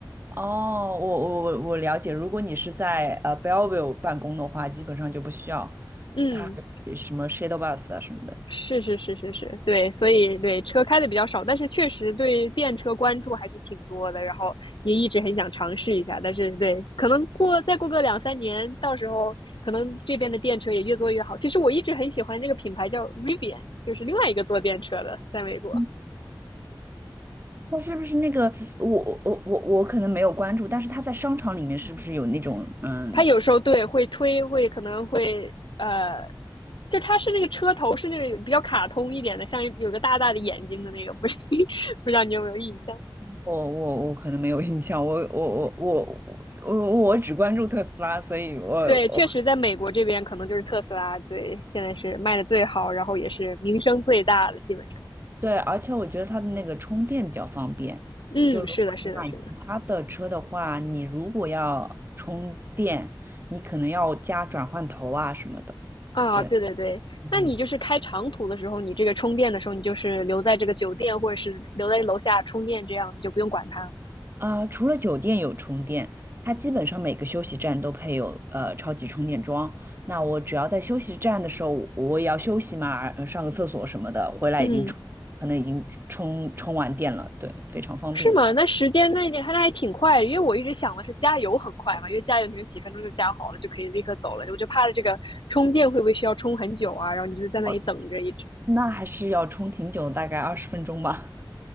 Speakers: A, on the right; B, on the left.
A: 哦，我我我我了解。如果你是在呃 Bellevue 办公的话，基本上就不需要
B: 嗯，
A: 它还有什么 shuttle bus 啊什么的。
B: 是是是是是，对，所以对车开的比较少，但是确实对电车关注还是挺多的，然后也一直很想尝试一下，但是对，可能过再过个两三年，到时候可能这边的电车也越做越好。其实我一直很喜欢这个品牌叫 Rivian，就是另外一个做电车的，在美国。
A: 嗯那是不是那个我我我我我可能没有关注，但是他在商场里面是不是有那种嗯？
B: 它有时候对会推，会可能会呃，就它是那个车头是那种比较卡通一点的，像有个大大的眼睛的那个，不 <laughs> 是不知道你有没有印象？
A: 我我我可能没有印象，我我我我我我只关注特斯拉，所以我我
B: 对，确实在美国这边可能就是特斯拉最现在是卖的最好，然后也是名声最大的，基本上。
A: 对，而且我觉得它的那个充电比较方便。
B: 嗯，
A: 就如果你买其他的车的话，
B: 是的，是的，是的。
A: 你如果要充电，你可能要加转换头啊什么的。
B: 啊，
A: 对，
B: 对对对，
A: 嗯，
B: 那你就是开长途的时候，你这个充电的时候，你就是留在这个酒店或者是留在楼下充电，这样你就不用管它。
A: 啊、除了酒店有充电，它基本上每个休息站都配有呃超级充电桩。那我只要在休息站的时候，我也要休息嘛，呃上个厕所什么的，回来已经充，
B: 嗯，
A: 可能已经充充完电了。对，非常方便。
B: 是吗？那时间那那还那还挺快，因为我一直想的是加油很快嘛，因为加油你们几分钟就加好了，就可以立刻走了。我就怕了这个充电会不会需要充很久啊？然后你就在那里等着一直。
A: 哦，那还是要充挺久，大概二十分钟吧。